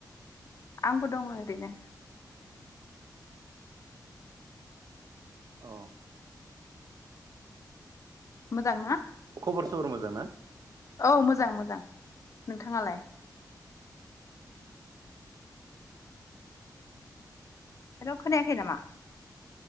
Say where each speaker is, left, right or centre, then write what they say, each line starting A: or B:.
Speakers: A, on the left (about 45°); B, on the right (about 60°).
A: आंबो दङ ओरैनो
B: अ
A: मोजां ना
B: खबर सबर मोजां ना
A: औ मोजां मोजां नोंथाङालाय आरो खोनायाखै नामा